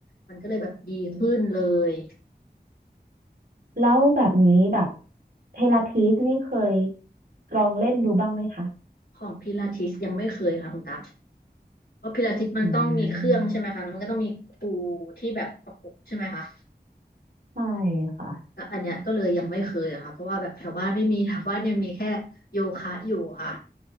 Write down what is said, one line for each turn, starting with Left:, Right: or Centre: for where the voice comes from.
Left: มันก็เลยแบบดีขึ้นเลย
Right: แล้วแบบนี้แบบเทราทีสนี่เคยลองเล่นดูบ้างไหมคะ
Left: ของพิลาทิสยังไม่เคยค่ะคุณตั๊กเพราะพิลาทิสมันต้องมีเครื่องใช่ไหมคะแล้วมันก็ต้องมีครู
Right: อืม
Left: ที่แบบประกบใช่ไหมคะ
Right: ใช่ค่ะ
Left: แต่อันเนี้ยก็เลยยังไม่เคยอะค่ะเพราะว่าแบบแถวบ้านไม่มีแถวบ้านเนี่ยมีแค่โยคะอยู่ค่ะ